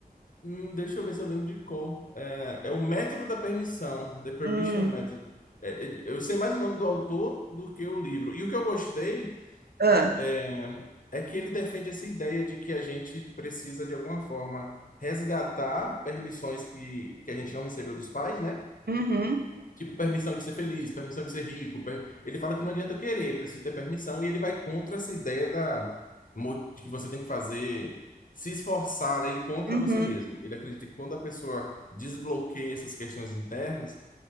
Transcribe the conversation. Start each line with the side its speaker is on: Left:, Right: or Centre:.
Left: hum, deixa eu ver se eu lembro de cor. É, é o método da permissão, The Permission
Right: Hum,
Left: Method. É, é, eu sei mais o nome do autor do que o livro. E o que eu gostei
Right: é.
Left: é é que ele defende essa ideia de que a gente precisa, de alguma forma, resgatar permissões que, que a gente não recebeu dos pais, né?
Right: Uhum,
Left: Tipo, permissão de ser feliz, permissão de ser rico. per- Ele fala que não adianta querer, precisa ter permissão, e ele vai contra essa ideia da mo- de que você tem que fazer, se esforçar, né, e contra
Right: uhum.
Left: você mesmo. Ele acredita que quando a pessoa desbloqueia essas questões internas,